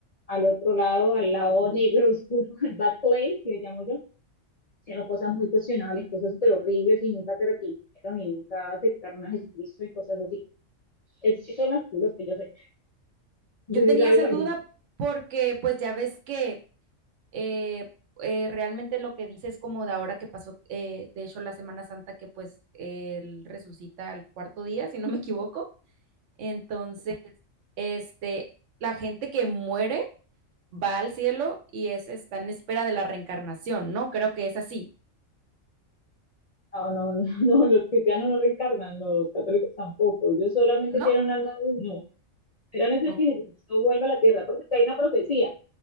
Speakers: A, on the left; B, on the right.
A: al otro lado, al lado negro, <laughs> oscuro, al bad place, que le llamo yo, hicieron cosas muy cuestionables, cosas súper horribles y nunca se arrepintieron y nunca aceptaron a Jesucristo y cosas así. Es, son los, los que yo sé. No
B: Yo
A: sé
B: tenía
A: si sabes,
B: esa duda porque pues ya ves que eh, eh, realmente lo que dice es como de ahora que pasó, eh, de hecho, la Semana Santa, que pues él resucita al cuarto día, si no me equivoco. Entonces, este, la gente que muere va al cielo y es, está en espera de la reencarnación, ¿no? Creo que es así,
A: no, no, no, <laughs> los cristianos no reencarnan, los católicos tampoco. Ellos solamente
B: ¿no?
A: tienen un alma, no. Esperan es el
B: O-
A: que Jesucristo vuelva a la tierra, porque hay una profecía.